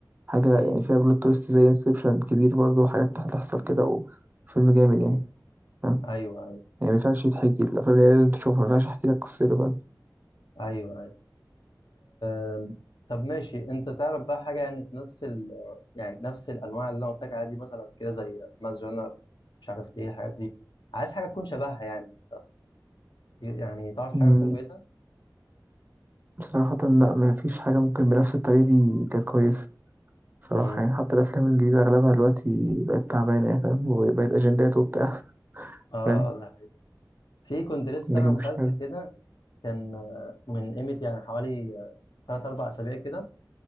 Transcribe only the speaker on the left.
امم
امم
ايوه ايوه
ايوه ايوه أم. طب ماشي انت تعرف بقى حاجه يعني في نفس ال يعني نفس الانواع اللي انا قلت لك عليها دي مثلا كده زي ماس جنر مش عارف ايه الحاجات دي عايز حاجه تكون شبهها يعني يعني تعرف حاجه
تكون كويسه
امم
اه
ده حقيقي. في كنت لسه
سامع
مسلسل
كده كان آه، من قيمة يعني حوالي آه، تلات أربع أسابيع كده